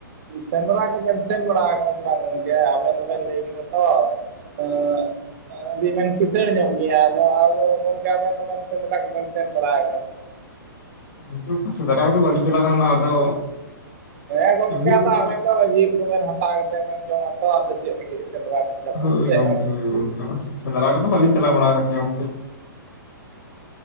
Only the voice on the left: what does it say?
<unintelligible> ᱥᱮᱫᱴᱟᱜ ᱫᱚ ᱵᱞᱤᱧ ᱪᱟᱞᱟᱣ ᱠᱟᱱᱟ ᱱᱟᱜ ᱟᱫᱚ
ᱮᱢᱱᱤ
ᱚᱱᱠᱟ
ᱦᱳᱭ
ᱜᱚᱝᱠᱮ ᱜᱚᱝᱠᱮ ᱚᱱᱠᱟ ᱱᱟ ᱥᱮᱸᱫᱽᱨᱟ ᱠᱚ ᱫᱚ ᱵᱟᱹᱞᱤᱧ ᱪᱟᱞᱟᱣ ᱵᱟᱲᱟ ᱟᱠᱟᱱ ᱜᱮᱭᱟ ᱜᱚᱝᱠᱮ᱾